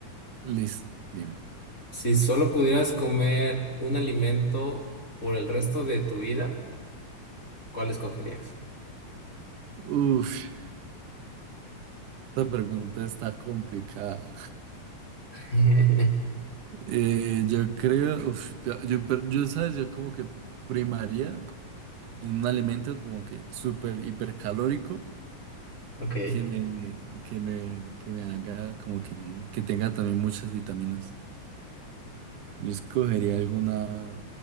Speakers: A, on the right (about 80°); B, on the left (about 25°).
A: Listo, dime.
B: Si solo pudieras comer un alimento por el resto de tu vida, ¿cuál escogerías?
A: Uf, esta pregunta está complicada.
B: <laughs>
A: Eh, yo creo, uf, yo, yo, per- yo, ¿sabes? Yo como que primaría en un alimento como que súper hipercalórico
B: Ok.
A: que me, que me, que me haga como que, que tenga también muchas vitaminas. Yo escogería alguna,